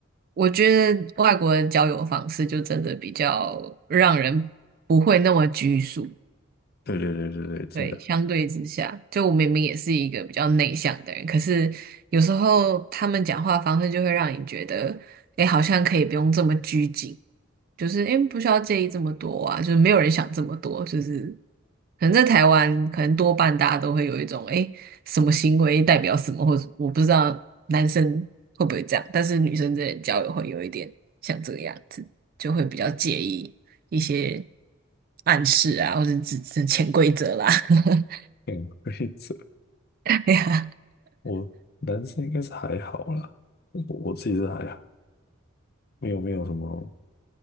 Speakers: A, on the right; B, on the left.
A: 我觉得外国的交友方式就真的比较让人不会那么拘束。
B: 对对对对对，真的。
A: 对，相对之下，就我明明也是一个比较内向的人，可是有时候他们讲话方式就会让你觉得，哎，好像可以不用这么拘谨，就是因为不需要介意这么多啊，就是没有人想这么多，就是可能在台湾，可能多半大家都会有一种，哎，什么行为代表什么，或者我不知道男生会不会这样，但是女生之间的交友会有一点像这个样子，就会比较介意一些暗示啊，或者只是潜规则啦。<laughs>
B: 潜规则，
A: 哎呀，
B: 我男生应该是还好啦，我我自己是还好，没有没有什么